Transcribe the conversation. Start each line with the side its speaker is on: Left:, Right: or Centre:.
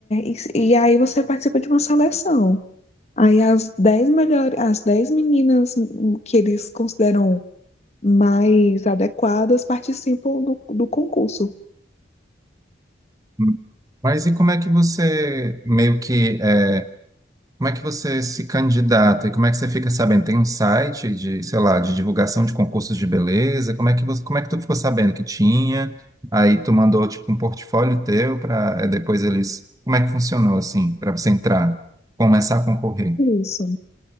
Left: e, e aí você participa de uma seleção. Aí as 10 melhores, as 10 meninas que eles consideram mais adequadas participam do, do concurso.
Right: Hum, Mas e como é que você meio que é, Como é que você se candidata e como é que você fica sabendo? Tem um site de, sei lá, de divulgação de concursos de beleza? Como é que você, como é que tu ficou sabendo que tinha? Aí tu mandou tipo um portfólio teu para depois eles. Como é que funcionou assim para você entrar, começar a concorrer?
Left: Isso.